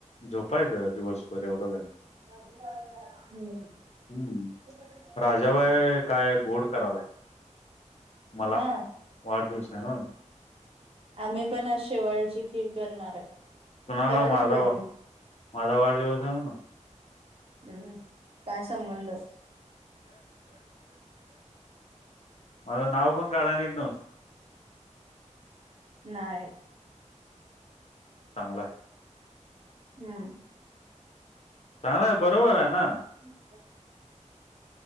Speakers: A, on the left; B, on the right.
A: झोपायचं दिवसभर एवढं काय.
B: <inaudible>
A: हम्म राजाबाय काय गोड करालाय, मला!
B: हा
A: वाढदिवस आहे ना.
B: आम्ही पण आज शेवाळेची खीर करणार आहे.
A: कोणाला
B: करायलाच
A: माझ
B: वहिनी
A: वा माझ वाढदिवस आहे म्हणून
B: हम्म, काय संबंध?
A: माझं नाव पण काढ नाहीत त्यो
B: नाय
A: चांगला आहे
B: हम्म.
A: चांगलंय, बरोबर आहे ना
B: <inaudible>